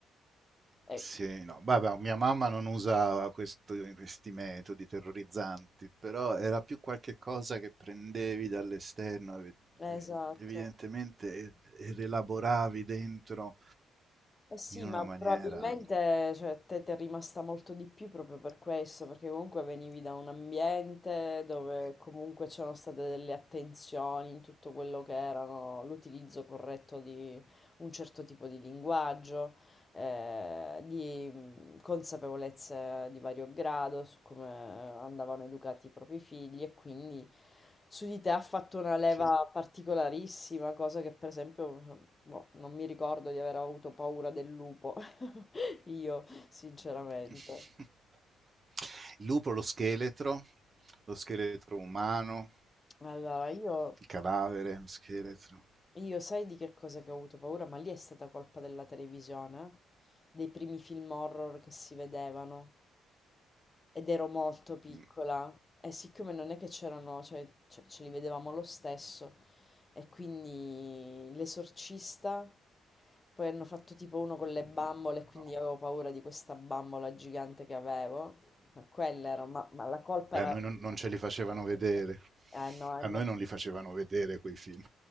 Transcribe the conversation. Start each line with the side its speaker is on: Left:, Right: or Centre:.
Left: eh,
Right: Sì, no, vabbè, mia mamma non usava questo- questi metodi terrorizzanti, però era più qualche cosa che prendevi dall'esterno, ev-
Left: eh, esatto.
Right: evidentemente, e, e rielaboravi dentro
Left: Eh sì,
Right: in una
Left: ma
Right: maniera,
Left: probabilmente cioè, a te ti è rimasta molto di più proprio per questo, perché comunque venivi da un ambiente dove comunque c'erano state delle attenzioni in tutto quello che erano l'utilizzo corretto di un certo tipo di linguaggio. eh, di mh, consapevolezze di vario grado su come andavano educati i propri figli e quindi su di te ha fatto una leva
Right: sì.
Left: particolarissima, cosa che per esempio boh, non mi ricordo di aver avuto paura del lupo, <laughs> io sinceramente.
Right: <laughs> Il lupo, lo scheletro, lo scheletro umano,
Left: Allora, io,
Right: il cadavere, lo scheletro.
Left: io sai di che cosa che ho avuto paura, ma lì è stata colpa della televisione, eh? dei primi film horror che si vedevano. Ed ero molto piccola
Right: Mm,
Left: e siccome non è che c'erano, cioè, ce ce li vedevamo lo stesso e quindi l'esorcista, poi hanno fatto tipo uno con le
Right: mm,
Left: bambole e quindi
Right: no.
Left: avevo paura di questa bambola gigante che avevo, ma quella era, ma, ma la colpa
Right: Beh,
Left: era,
Right: a noi non, non ce li facevano vedere.
Left: eh no, a
Right: A
Left: me,
Right: noi non li facevano vedere quei film.